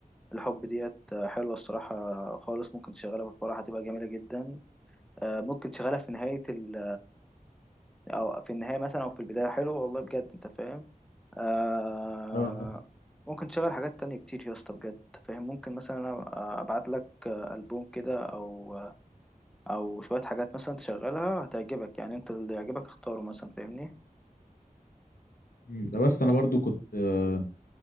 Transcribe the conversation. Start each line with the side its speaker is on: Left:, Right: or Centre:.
Centre: الحب ديت آه، حلوه الصراحه خالص ممكن تشغلها في الفرح هتبقى جميله جدا آه ممكن تشغلها في نهايه ال او في النهايه مثلا او في البدايه حلو والله بجد انت فاهم آه
Left: اه
Centre: ممكن تشغل حاجات تانية كتير يا اسطى بجد انت فاهم ممكن مثلا أنا ابعت لك آه، البوم كده او او شويه حاجات مثلا تشغلها هتعجبك يعني انت اللي يعجبك اختاره مثلا فاهمني
Left: مم. ده بس انا برضو كنت آه،